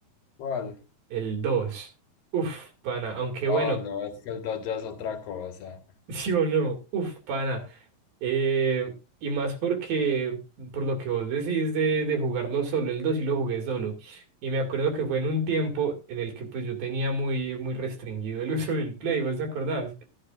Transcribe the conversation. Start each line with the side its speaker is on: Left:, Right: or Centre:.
Left: ¿Cuál?
Right: El dos Uff, pana, aunque bueno.
Left: Ah, no, es que el dos ya es otra cosa.
Right: <laughs> ¿Sí o no? Uf, pana. Eh, y más porque, por lo que vos decís de, de jugarlo solo, el 2 sí lo jugué solo. Y me acuerdo que fue en un tiempo en el que pues yo tenía muy, muy restringido el <laughs> uso del Play, ¿vos te acordás?